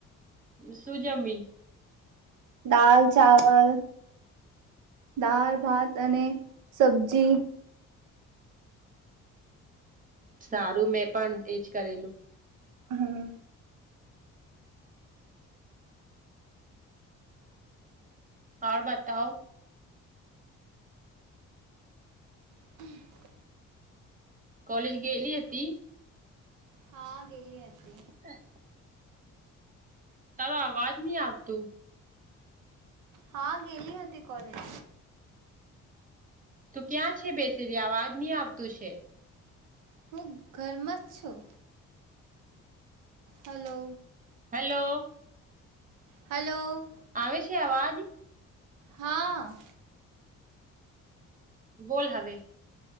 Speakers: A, on the right; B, on the right.
A: શું જમી?
B: દાલ ચાવલ, દાળ ભાત અને સબ્જી.
A: સારું, મેં પણ એજ કરેલું.
B: હમ્મ.
A: ઔર બતાઓ.
B: <unintelligible>
A: કોલેજ ગેેઈલી હતી?
B: હા ગેલી હતી.
A: હં તારો અવાજ ની આવતું.
B: હાં ગેલી હતી કોલેજ.
A: તું ક્યાં છે બેસેલી, આવાજ ની આવતું છે.
B: હું ઘરમાં જ છું, હલો.
A: હલો.
B: હલો.
A: આવે છે અવાજ?
B: હા.
A: બોલ હવે.